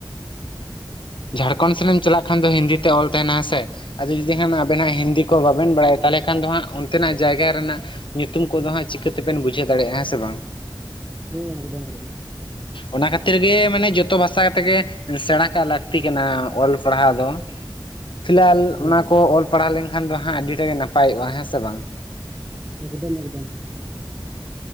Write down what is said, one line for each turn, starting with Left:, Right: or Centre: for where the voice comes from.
Left: ᱡᱷᱟᱲᱠᱷᱚᱸᱱᱰ ᱥᱮᱱᱮᱢ ᱪᱟᱞᱟᱜ ᱠᱷᱟᱱ ᱫᱚ ᱦᱤᱱᱫᱤ ᱛᱮ ᱚᱞ ᱛᱮᱦᱮᱱᱟ ᱦᱮᱸ ᱥᱮ? ᱟᱫᱚ ᱡᱩᱫᱤ ᱟᱵᱮᱱ ᱦᱟᱸᱜ ᱦᱤᱱᱫᱤ ᱠᱚ ᱵᱟᱵᱮᱱ ᱵᱟᱲᱟᱭᱟ ᱛᱟᱞᱦᱮ ᱠᱷᱟᱱ ᱫᱚ ᱦᱟᱸᱜ ᱚᱱᱛᱮᱱᱟᱜ ᱡᱟᱭᱜᱟ ᱨᱮᱱᱟᱜ ᱧᱩᱛᱩᱢ ᱠᱚ ᱫᱚ ᱦᱟᱸᱜ ᱪᱤᱠᱟᱹ ᱛᱮᱵᱮᱱ ᱵᱩᱡᱷᱟᱹᱣ ᱫᱟᱲᱮᱭᱟᱜᱼᱟ ᱦᱮᱸ ᱥᱮ ᱵᱟᱝ?
Right: ᱦᱮᱸ, ᱮᱠᱫᱚᱢ ᱮᱠᱫᱚᱢ,
Left: ᱚᱱᱟ ᱠᱷᱟᱹᱛᱤᱨ ᱜᱮ ᱢᱟᱱᱮ ᱡᱚᱛᱚ ᱵᱷᱟᱥᱟ ᱛᱮ ᱜᱮ ᱥᱮᱬᱟ ᱠᱟᱜ ᱞᱟᱠ ᱛᱤ ᱠᱟᱱᱟ ᱚᱞ ᱯᱟᱲᱦᱟᱣ ᱫᱚ ᱯᱷᱤᱞᱟᱞ
Right: ᱦᱮᱸ
Left: ᱚᱱᱟ
Right: ᱦᱮᱸ
Left: ᱠᱚ ᱚᱞ ᱯᱟᱲᱦᱟᱣ ᱞᱮᱱᱠᱷᱟᱱ ᱫᱚ ᱦᱟᱸᱜ ᱟᱹᱰᱤᱴᱟᱜ ᱜᱮ ᱱᱟᱯᱟᱭᱚᱜᱼᱟ ᱦᱮᱸ ᱥᱮ ᱵᱟᱝ?
Right: ᱮᱠᱫᱚᱢ ᱮᱠᱫᱚᱢ,